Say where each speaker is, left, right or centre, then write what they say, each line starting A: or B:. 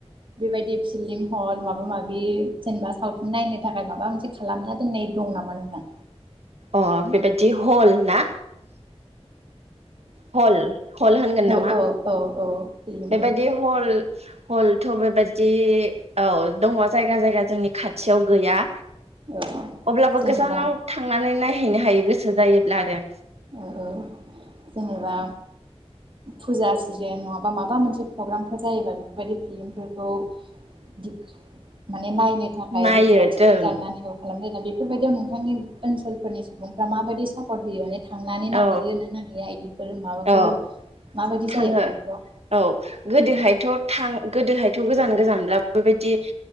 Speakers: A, on the right; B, on the right.
A: बेबायदि फिलिम हल माबा माबि जेनेबा सावथुन नायनो थाखाय माबा मोनसे खालामना दोननाय दं नामा नोंथां?
B: अ बेबायदि हल ना? ह'ल ह'ल होनगोन
A: औ
B: नामा
A: औ औ औ फिल्म
B: बेबायदि ह'ल ह'लथ बे बेबादि औ दङ जायगा जायगा जोंनि खाथियाव गैया।
A: औ औ
B: अब्लाबो
A: जेनेबा
B: गोजानाव थांनानै नायहैनो हायो गोसो जायोब्ला आरो।
A: औ -औ जेनेबा फुजा सिजेन नङाबा माबा मोनसे पग्रामफोर जायोबा बेफोरबायदि फिलिमफोरखौ दि नायनो थाखाय
B: नायो
A: रेडेखा टिकेट
B: जों
A: दाननानै <unintelligible> बेफोरबायदियाव नोंथांनि ओनसोलफोरनि सुबुंफ्रा माबायदि सापर्ट होयो माने थांनानै नाहैयो
B: औ
A: ना नायहैया इदिफोर माबाफोर
B: औ
A: माबायदि
B: थाङो
A: जायो बेफोराव।
B: औ गोदोहायथ' थां गोदोहायथ गोजान गोजानब्ला बेबायदि